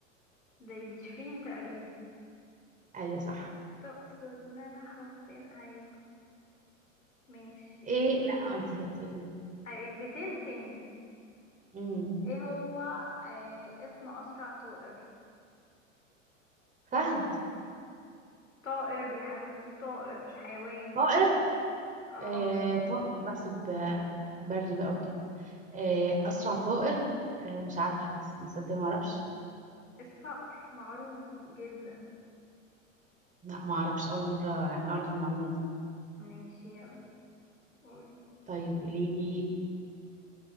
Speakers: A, on the left (about 80°); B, on the right (about 20°).
A: دي دي شيرين تقريبا
B: ايوه صح
A: تقصد ان انا حبين ايوه ماشي
B: ايه لا انت اللي هتسأليني بقى
A: أيوة، 200 سنت
B: امم
A: ايه هو آه اسم اسرع طائر
B: فهد
A: طائر يا حبيبتي طائر مش حيوان
B: طائر
A: اه
B: آه طائر بحسب آه، بري بقى وكده آه اسرع طائر آه مش عارفة بس مصدق ما اعرفش
A: الصقر معروف جدا
B: لا ما اعرفش اول مرة يعني اعرف المعلومة دي
A: ماشي يلا قولي
B: طيب قولي لي